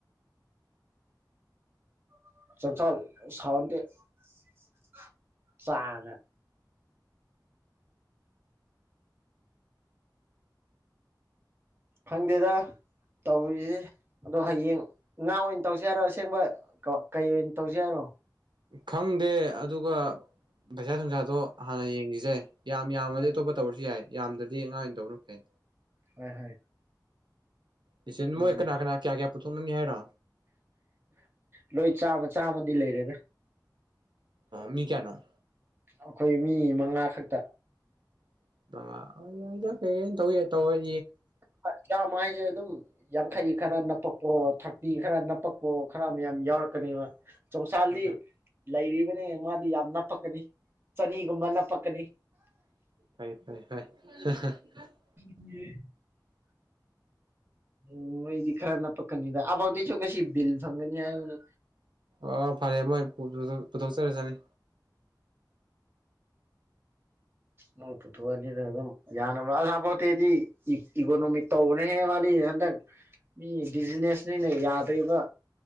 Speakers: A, on the right (about 30°); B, on the right (about 85°).
A: <unintelligible> <unintelligible> ꯈꯪꯗꯦꯗ ꯇꯧꯔꯤꯁꯦ ꯑꯗꯣ ꯍꯌꯦꯡ ꯉꯥ ꯑꯣꯏꯅ ꯇꯧꯁꯤ ꯍꯥꯏꯔꯣ ꯑꯁꯦꯡꯕ ꯀꯩ ꯑꯣꯏꯅ ꯇꯧꯁꯤ ꯍꯥꯏꯔꯣ
B: ꯈꯪꯗꯦ ꯑꯗꯨꯒ ꯄꯩꯁꯥ ꯅꯨꯡꯁꯥꯗꯣ ꯍꯥꯟꯅ ꯌꯦꯡꯒꯤꯁꯦ ꯌꯥꯝ ꯌꯥꯝꯃꯗꯤ
A: ꯎꯝ
B: ꯑꯇꯣꯞꯄ ꯇꯧꯔꯁꯨ ꯌꯥꯏ ꯌꯥꯝꯗ꯭ꯔꯗꯤ ꯉꯥ ꯑꯣꯏꯅ ꯇꯧꯕꯅ ꯐꯩ
A: ꯍꯣꯏ ꯍꯣꯏ
B: <unintelligible>
A: ꯎꯝ
B: ꯃꯣꯏ ꯀꯅꯥ
A: ꯎꯝ
B: ꯀꯅꯥ ꯀꯌꯥ ꯀꯌꯥ ꯄꯨꯊꯣꯛꯅꯅꯤ ꯍꯥꯏꯔꯣ
A: ꯂꯣꯏ ꯆꯥꯝꯃ ꯆꯥꯝꯃꯗꯤ ꯂꯩꯔꯦꯗ
B: ꯃꯤ ꯀꯌꯥꯅꯣ
A: ꯑꯩꯈꯣꯏ ꯃꯤ ꯃꯉꯥ ꯈꯛꯇ
B: <unintelligible>
A: ꯀꯌꯥꯝ ꯍꯥꯏꯖ‌ꯦ ꯑꯗꯨꯝ ꯌꯥꯡꯈꯩ ꯈꯔ ꯅꯞꯄꯛꯄꯣ ꯊꯥꯔꯇꯤ ꯈꯔ ꯅꯞꯄꯛꯄꯣ ꯈꯔ ꯃꯌꯥꯝ ꯌꯥꯎꯔꯛꯀꯅꯦꯕ ꯆꯣꯡꯁꯥꯜꯗꯤ
B: ꯍꯣꯏ ꯍꯣꯏ
A: ꯂꯩꯔꯤꯕꯅꯦ ꯃꯥꯗꯤ ꯌꯥꯝ ꯅꯞꯄꯛꯀꯅꯤ ꯆꯅꯤꯒꯨꯝꯕ ꯅꯞꯄꯛꯀꯅꯤ
B: ꯐꯩ <unintelligible>
A: <unintelligible> ꯎꯝ ꯃ‌ꯣꯏꯗꯤ ꯈꯔꯅꯞ ꯄꯛꯀꯅꯤꯗ <unintelligible> ꯉꯁꯤ ꯕꯤꯜ ꯐꯪꯒꯅꯤ ꯍꯥꯏꯕꯅꯤ
B: ꯑ‌ꯣ ꯐꯔꯦ ꯑꯃꯣꯏ <unintelligible> ꯄꯨꯊꯣꯛꯆꯔꯖꯥꯅꯤ
A: ꯃꯣꯏ ꯄꯨꯊꯣꯛꯑꯅꯤꯅ ꯑꯗꯨꯝ ꯌꯥꯅꯕ ꯑꯁꯥꯐꯥꯎꯠꯇꯤꯗꯤ ꯏꯛ ꯏꯀꯣꯅꯣꯃꯤꯛ ꯇꯧꯕꯅ ꯍꯦ ꯃꯥꯗꯤ ꯍꯟꯗꯛ ꯃꯤ ꯕꯤꯖꯤꯅꯦꯁꯅꯤꯅ ꯌꯥꯗ꯭ꯔꯦꯕ